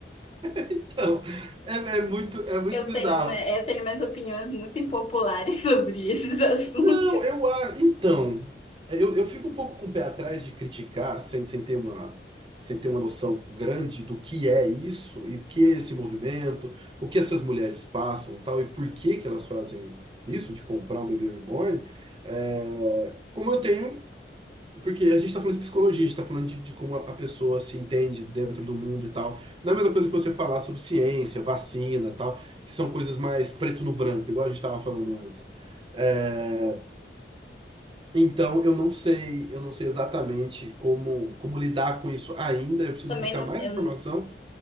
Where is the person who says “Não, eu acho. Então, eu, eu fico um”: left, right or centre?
Right